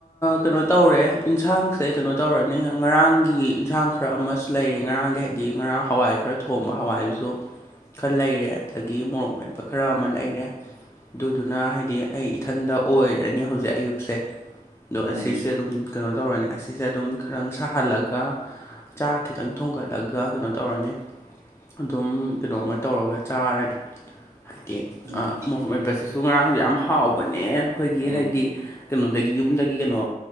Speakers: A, on the left; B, on the right.
A: ꯀꯩꯅꯣ ꯇꯧꯔꯦ ꯌꯦꯟꯁꯥꯡꯁꯦ ꯀꯩꯅꯣ ꯇꯧꯔꯅꯤ ꯉꯔꯥꯡꯒꯤ ꯏꯟꯁꯥꯡ ꯈꯔ ꯑꯃꯁꯨ ꯂꯩꯔꯤ ꯉꯔꯥꯡꯒꯤ ꯍꯥꯏꯗꯤ ꯉꯔꯥꯡ ꯍꯋꯥꯏ ꯈꯔ ꯊꯣꯡꯕ ꯍꯋꯥꯏꯗꯨꯁꯨ ꯈꯔ ꯂꯩꯔꯦ ꯑꯗꯒꯤ ꯃꯣꯔꯣꯛ ꯃꯦꯠꯄ ꯈꯔ ꯑꯃ ꯂꯩꯔꯦ ꯑꯗꯨꯗꯨꯅ ꯍꯥꯏꯗꯤ ꯑꯩ ꯏꯊꯟꯗ ꯑꯣꯏꯔꯅꯤ ꯍꯧꯖꯤꯛ ꯑꯌꯨꯛꯁꯦ ꯑꯗꯣ ꯑꯁꯤꯁꯦ
B: ꯎꯝ
A: ꯑꯗꯨꯝ ꯀꯩꯅꯣ ꯇꯧꯔꯅꯤ ꯑꯁꯤꯁꯦ ꯑꯗꯨꯝ ꯈꯔ ꯁꯥꯍꯜꯂꯒ ꯆꯥꯛ ꯈꯤꯇꯪ ꯊꯣꯡꯒꯠꯂꯒ ꯀꯩꯅꯣ ꯇꯧꯔꯅꯤ ꯑꯗꯨꯝ ꯀꯩꯅꯣꯝꯃ ꯇꯧꯔꯒ ꯆꯥꯔꯅꯤ ꯍꯥꯏꯗꯤ
B: ꯎꯝ
A: ꯑꯥ ꯃꯣꯔꯣꯛ ꯃꯦꯠꯄꯁꯤꯁꯨ ꯉꯔꯥꯡꯁꯨ ꯌꯥꯝ ꯍꯥꯎꯕꯅꯦ ꯑꯩꯈꯣꯏꯒꯤ
B: ꯎꯝ
A: ꯍꯥꯏꯗꯤ ꯀꯩꯅꯣꯗꯒꯤ ꯌꯨꯝꯗꯒꯤ ꯀꯩꯅꯣ